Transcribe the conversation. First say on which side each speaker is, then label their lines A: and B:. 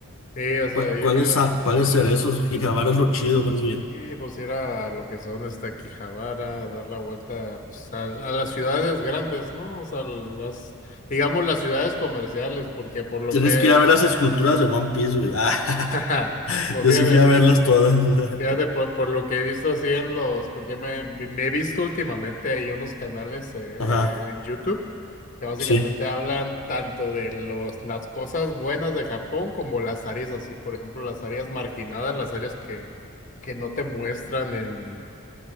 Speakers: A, on the left (about 35°); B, on the left (about 65°).
A: sí, o sea,
B: ¿Cuá-
A: ir,
B: ¿Cuáles,
A: ir
B: a- cuáles cerezos? Quijabara es lo chido, más bien.
A: Y pues ir a lo que son hasta Quijabara, dar la vuelta pues a, a las ciudades grandes, ¿no? O sea, las, digamos las ciudades comerciales, porque por lo
B: Tienes
A: que,
B: que ir a ver las esculturas de One Piece, güey. <laughs> Ah,
A: <laughs> jaja,
B: <laughs>
A: pues
B: yo
A: fíjate,
B: sí fui a verlas todas. <laughs>
A: fíjate por, por lo que he visto así en los, porque me, me he visto últimamente ahí unos canales eh,
B: Ajá.
A: eh, en YouTube que básicamente
B: Sí.
A: hablan tanto de los, las cosas buenas de Japón como las áreas así, por ejemplo, las áreas marginadas, las áreas que, que no te muestran en